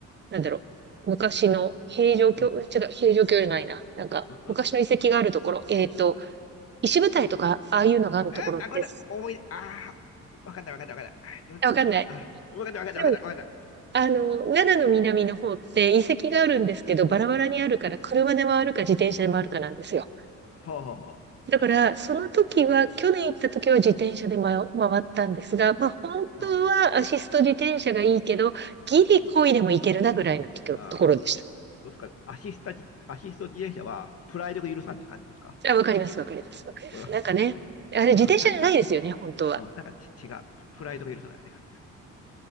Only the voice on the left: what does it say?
うん。
うん。うん。
うん
えあ、ごめんなさい。思い、ああ、わかんないわかんないわかんない。あ、どうどうぞかな。
あ、わかんないわかんないわかんないわかんない。
ほうほうほ
う。うん。
うんああ、どうですか。アシスタジ、アシスト自転車はプライドが許さんって感じですか
うん
うんな、な、
うんなんかち、違う。ププライドが許さない、あれが。